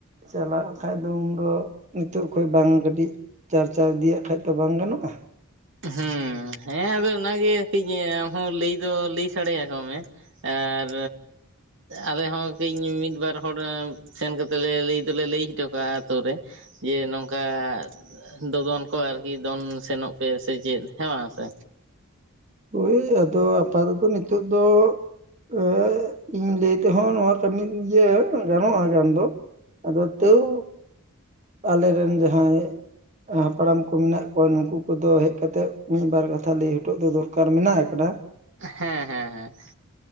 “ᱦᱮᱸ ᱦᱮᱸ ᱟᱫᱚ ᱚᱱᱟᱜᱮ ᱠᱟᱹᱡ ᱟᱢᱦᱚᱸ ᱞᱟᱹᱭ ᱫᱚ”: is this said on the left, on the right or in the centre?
Right